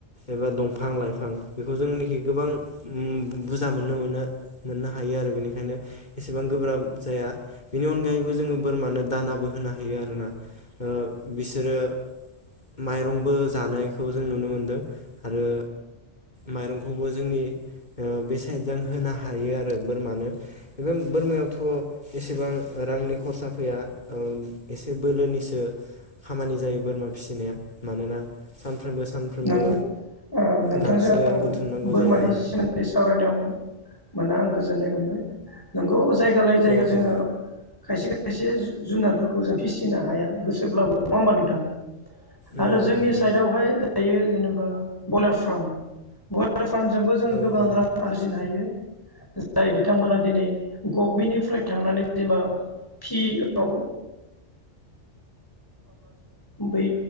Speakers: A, on the left; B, on the left.
A: एबा दंफां लाइफां बिफां बेखौ जोंनिखि गोबां ओ बुरजा मोननो मोनो। मोननो हायो आरो बेनिखायनो एसेबां गोब्राब जाया बेनि अनगायैबो जोङो बोरमानो दानाबो होनो हायो आरोना ओ बिसोरो माइरंबो जानायखौ जों नुनो मोनदों आरो माइरंखौबो जोंनि ओ बे साइड ज होनो हायो आरो बोरमानो बे बोरमायावथ एसेबां रांनि खरसा फैया ओ एसे बोलोनिसो खामानि जायो बोरमा फिसिनाया मानोना सानफ्रोमबो सानफ्रोमबो
B: नंगौ ओ नोंथांजों
A: गांसो
B: आं
A: बुथुमनांगौ
B: बोरमानि
A: जायो आरो
B: सोमोन्दै सावरायनायाव मोना आं गोजोननाय मोनबाय नोंगौ जायगा लायै जायगा
A: औ
B: जोङो
A: औ
B: खायसे एसे जुनारफोरखौ जों फिसिनो हाया गोसोब्लाबो नङा होमबा नोंथां
A: नंगौ
B: आरो जोंनि
A: नंगौ
B: साइडआवहाय जायो जेनेबा बयलार फार्म बल फ्रामजोंबो जोङो
A: औ
B: गोबां
A: औ
B: रां आरजिनो हायो जाय बिथांमोना दिनै गभमेन्टनिफ्राय थांनानै जेनेबा पि औ बै